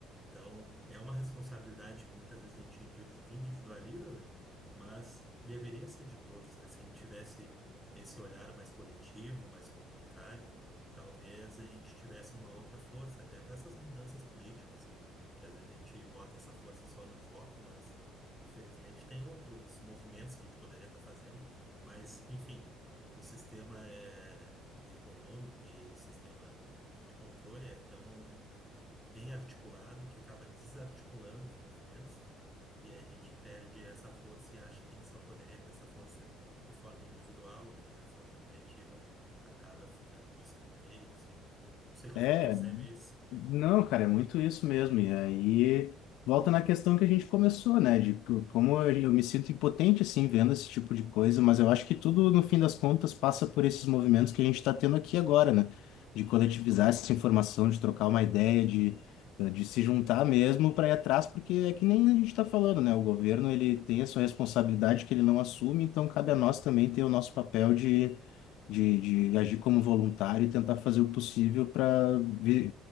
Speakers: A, in the centre; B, on the left.
A: Então, é uma responsabilidade que muitas vezes a gente indi- individualiza, né? Mas deveria ser de todos, né? Se a gente tivesse esse olhar mais coletivo, mais comunitário, talvez a gente tivesse uma outra força, até para essas mudanças políticas, né? Que às vezes a gente bota essa força só no voto, mas infelizmente tem outros movimentos que a gente poderia estar fazendo. Mas, enfim, o sistema é econômico e sistema de controle é tão bem articulado, que acaba desarticulando os movimentos, né? E a gente perde essa força e acha que a gente só poderia ter essa força de forma individual, né? E a força coletiva acaba ficando de escanteio, assim. né? Não sei como
B: é
A: tu percebe isso.
B: Não, cara, é muito isso mesmo. E aí volta na questão que a gente começou, né? De co- como eu eu me sinto impotente assim vendo esse tipo de coisa, mas eu acho que tudo no fim das contas passa por esses movimentos que a gente está tendo aqui agora, né? De coletivizar essa informação, de trocar uma ideia, de, eh, de se juntar mesmo para ir atrás, porque é que nem a gente está falando, né? O governo ele tem a sua responsabilidade que ele não assume, então cabe a nós também ter o nosso papel de, de agir como voluntário e tentar fazer o possível para vi